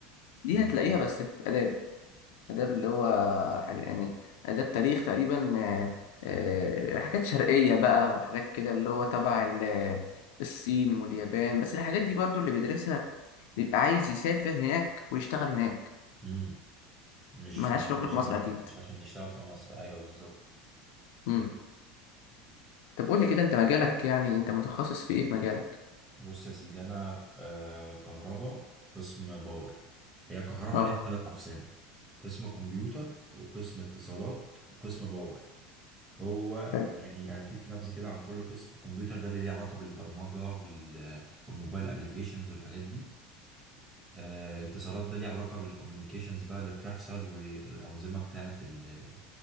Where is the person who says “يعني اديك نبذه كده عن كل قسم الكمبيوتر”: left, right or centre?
Right